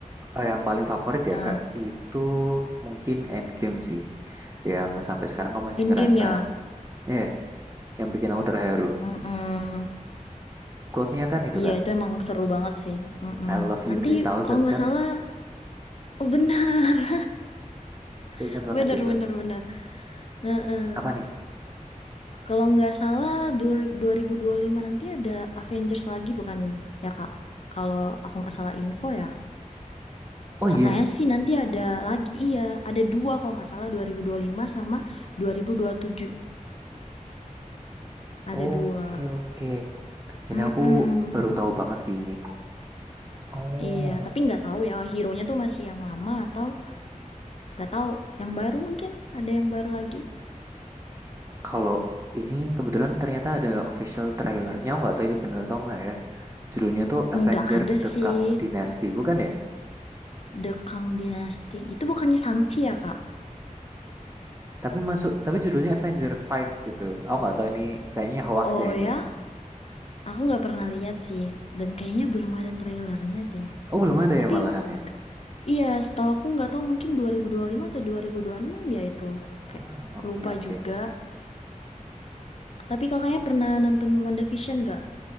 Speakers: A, on the right; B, on the left.
A: eh, yang paling favorit ya
B: ah
A: Kak, itu mungkin Endgame sih. Yang sampai sekarang aku masih
B: Endgame
A: ngerasa,
B: ya
A: ya, yang bikin aku terharu.
B: Mm-mm.
A: Quote-nya kan itu
B: Iya
A: Kak,
B: itu emang seru banget sih Mm-mm.
A: I love you
B: Nanti
A: Three Thousand
B: kalau nggak
A: kan?
B: salah Oh benar,
A: Itu
B: <laughs>
A: ingat banget
B: benar
A: itu.
B: benar benar. <laughs> Heeh.
A: Apa nih?
B: Kalau nggak salah dua dua ribu dua puluh lima nanti ada Avengers lagi bukan ya Kak? Kalau aku nggak salah info ya.
A: Oh iya,
B: Katanya sih nanti ada lagi, iya. Ada dua kalau nggak salah dua dua ribu dua puluh lima sama dua dua ribu dua puluh tujuh Ada
A: Oke
B: dua.
A: oke. Ini
B: Mm-mm.
A: aku baru tahu banget sih ini. Oh,
B: Iya, tapi nggak tahu ya hero-nya tuh masih yang lama atau nggak tahu yang baru mungkin ada yang baru lagi.
A: kalau ini kebetulan ternyata ada official trailernya nggak tahu ini bener atau nggak ya. Judulnya tuh Avenger
B: Nggak ada
A: The
B: sih
A: Kang Dynasty bukan ya?
B: The Kang Dynasty. Itu bukannya Shang-Chi ya Kak?
A: Tapi masuk tapi judulnya Avenger 5 gitu. Aku nggak tahu ini kayaknya hoax
B: Oh
A: ya ini
B: ya,
A: ya.
B: Aku nggak pernah lihat sih, dan kayaknya belum ada trailernya deh.
A: Oh, belum ada ya
B: Tapi
A: malahan ya.
B: ke- iya, setahu aku nggak tahu mungkin 2025 atau 2026 ya itu.
A: Hmm,
B: Kayak
A: oke
B: lupa
A: oke.
B: juga. Tapi kakaknya pernah nonton WandaVision nggak?